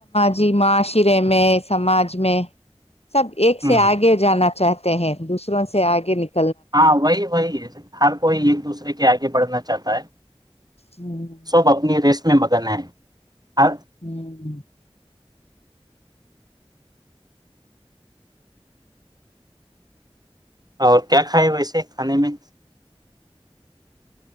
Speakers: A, on the left; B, on the right.
A: جی معاشرے میں سماج میں سب ایک سے
B: ہوں
A: آگے جانا چاہتے ہیں دوسروں سے آگے نکل
B: ہاں وہی وہی ہے ہر کوئی ایک دوسرے کے آگے بڑھنا چاہتا ہے
A: ہ
B: سب اپنی ریس میں مگن ہے ہاں،
A: ہوں
B: اور کیا کھائے ویسے سے کھانے میں